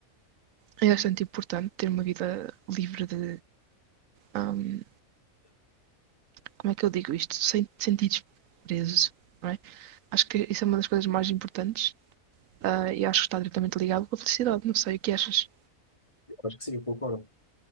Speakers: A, on the right; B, on the left.
A: é bastante importante ter uma vida livre de, hum, como é que eu digo isto? Sem sentidos presos. não é? Acho que isso é uma das coisas mais importantes. ah, e acho que está diretamente ligado com a felicidade. Não sei o que achas.
B: acho que sim, eu concordo.